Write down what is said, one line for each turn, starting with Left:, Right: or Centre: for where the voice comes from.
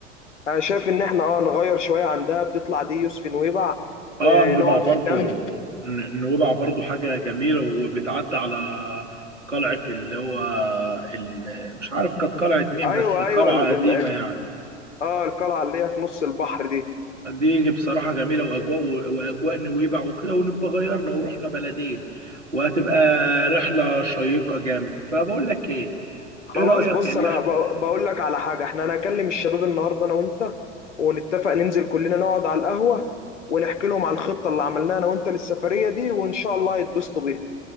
Left: انا شايف ان احنا اه نغير شوية عن دهب تطلع دي يوسف نويبع
Right: اه
Left: آه
Right: نويبع
Left: نقعد
Right: برضو
Left: في كامب
Right: ن- نويبع برضو حاجه جميله وبتعدي على قلعه اللي هو ال... مش عارف كانت قلعه مين
Left: ايوه
Right: بس قلعه
Left: ايوه ال-
Right: قديمه
Left: ال- ال-
Right: يعني
Left: اه القلعة اللي هي في نص البحر دي
Right: دي بصراحة جميلة وأجواء وأجواء نويبع وكده ونبقى غيرنا ورحنا بلدين وهتبقى رحلة شيقة جامد فبقول لك إيه
Left: خلاص
Right: إيه رأيك
Left: بص
Right: اللي
Left: انا
Right: إحنا-
Left: ب- بقول لك على حاجه احنا هنكلم الشباب النهارده انا وانت ونتفق ننزل كلنا نقعد على القهوه ونحكي لهم على الخطه اللي عملناها انا وانت للسفريه دي وان شاء الله هيتبسطوا بيها